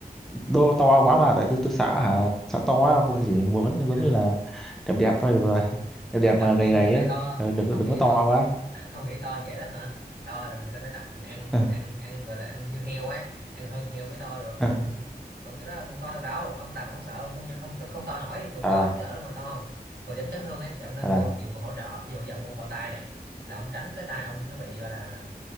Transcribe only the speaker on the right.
Hả?
tập
gym
mà sợ
to
ông
nghĩ
to ông
<laughs> ông nghĩ to dễ lắm hả to là người ta phải tập ăn
ăn ăn gọi là ăn như heo ấy ăn hơn heo mới to được
còn còn cái đó không to được đâu ông tập ông sợ ông không không không to nổi còn
có chứ ở đâu mà to không còn dẫn chấn thương ấy thì ông nên
mua
dụng cụ hỗ trợ ví dụ giờ ông mua bao tay này là ông tránh cái tay ông nó bị gọi là